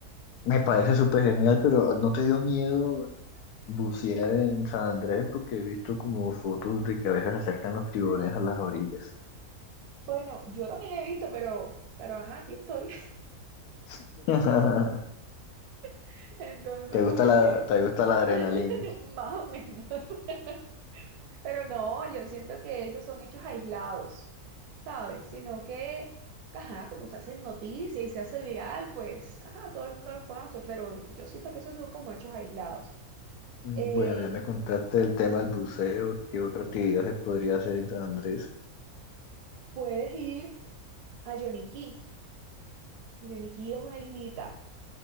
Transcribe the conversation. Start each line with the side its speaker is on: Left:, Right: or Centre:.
Left: Me parece súper genial, pero ¿no te dio miedo bucear en San Andrés? Porque he visto como fotos de que a veces acercan los tiburones a las orillas.
Right: Bueno, yo también he visto, pero, pero ajá, aquí estoy.
Left: <laughs>
Right: <laughs> Entonces,
Left: ¿Te gusta
Right: como
Left: la,
Right: que
Left: te gusta la adrenalina?
Right: <laughs> más o menos. <laughs> Pero no, yo siento que esos son hechos aislados, ¿sabes? Sino que, ajá, como se hacen noticia y se hace viral, pues, ajá, todo el mundo los conoce, pero yo siento que esos son como hechos aislados.
Left: Mm,
Right: Eh,
Left: Bueno, ya me contaste el tema del buceo. ¿Qué otra actividad se podría hacer en San Andrés?
Right: puedes ir a Yoniquí. Yoniquí es una islita.